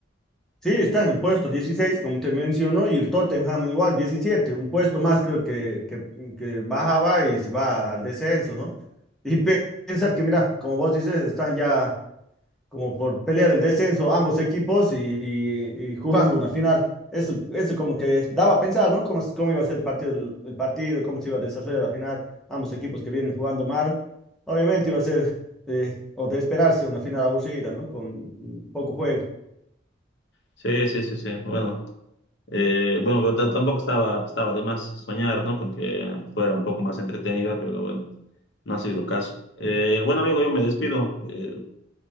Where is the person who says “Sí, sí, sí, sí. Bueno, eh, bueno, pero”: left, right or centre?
Left